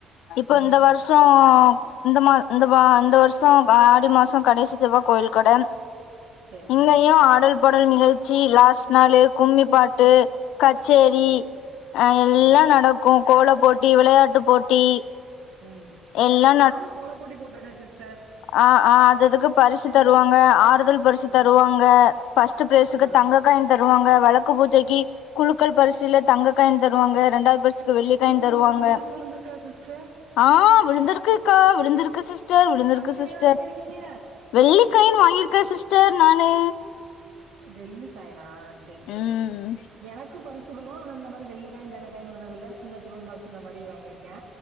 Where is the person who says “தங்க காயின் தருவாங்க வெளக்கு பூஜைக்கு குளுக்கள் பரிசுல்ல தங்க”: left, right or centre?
Left